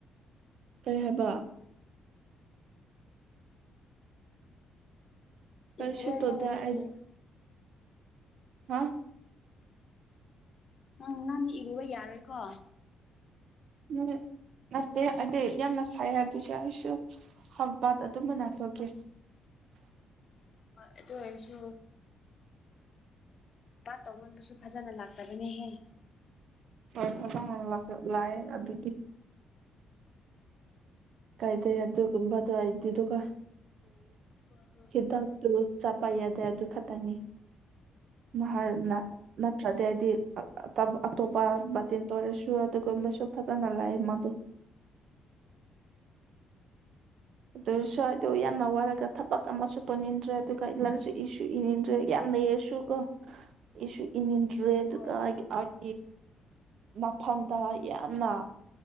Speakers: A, on the right; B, on the left.
A: ꯀꯔꯤ ꯍꯥꯏꯕ ꯀꯔꯤꯁꯨ
B: ꯏꯔꯨꯔꯣꯏꯗ꯭ꯔꯣ
A: ꯇꯧꯗꯦ
B: ꯉꯁꯤꯗꯤ
A: ꯑꯩ ꯍꯥ
B: ꯅꯪ ꯅꯪꯗꯤ ꯏꯔꯨꯕ ꯌꯥꯔꯣꯏꯀꯣ
A: ꯎꯝ ꯅꯠꯇꯦ ꯑꯗꯨꯗꯤ ꯌꯥꯝꯅ ꯁꯥꯏ ꯑꯗꯨꯁꯨ ꯑꯩꯁꯨ ꯍꯝ ꯄꯠ ꯑꯗꯨꯝꯕ ꯅꯥꯊꯣꯛꯀꯦ
B: ꯑꯩꯣ ꯍꯥꯏꯁꯨ ꯑꯣꯃꯟꯕꯨꯁꯁꯨ ꯐꯖꯥ ꯅꯂꯒꯦ <unintelligible>
A: ꯍꯣꯏ ꯍ ꯂꯥꯛꯑꯦ ꯑꯗꯨꯗꯤ ꯀꯥꯏꯗꯦ ꯑꯗꯨ ꯑꯗꯨ ꯀꯕꯥ ꯑꯗꯨ ꯍꯥꯏꯗꯗꯨ ꯀ
B: <unintelligible>
A: ꯊꯗꯛꯇꯨ ꯆꯠꯄ ꯌꯥꯗ꯭ꯔꯦ ꯑꯗꯨ ꯈꯛꯇꯅꯤ ꯅꯍꯥꯟꯅ ꯅꯠꯇ꯭ꯔꯗꯤ ꯍꯥꯏꯗꯤ ꯑꯇꯣꯞꯄ ꯕꯥꯇꯤꯟꯇ ꯑꯣꯏꯔꯁꯨ ꯑꯗꯨꯒꯨꯝꯕꯁꯨ ꯐꯖꯅ ꯂꯩꯌꯦ ꯃꯥꯗꯣ ꯑꯗꯨꯁꯨꯋꯥꯏꯗꯣ ꯌꯥꯝꯅ ꯋꯥꯔꯒ ꯊꯕꯛ ꯑꯃꯁꯨ ꯇꯧꯅꯤꯡꯟꯗ꯭ꯔꯦ ꯑꯗꯨꯒ ꯂꯁꯨ ꯏꯁꯨ ꯏꯅꯤꯡꯟꯗ꯭ꯔꯦ ꯌꯥꯝ ꯂꯩꯔꯁꯨ ꯀꯣ ꯑꯩꯁꯨ ꯏꯟ ꯏꯟꯗ꯭ꯔꯦ ꯑꯗꯨꯒ
B: ꯍꯣꯏ
A: ꯑꯩꯒꯤ ꯃꯐꯝꯗ ꯌꯥꯝꯅ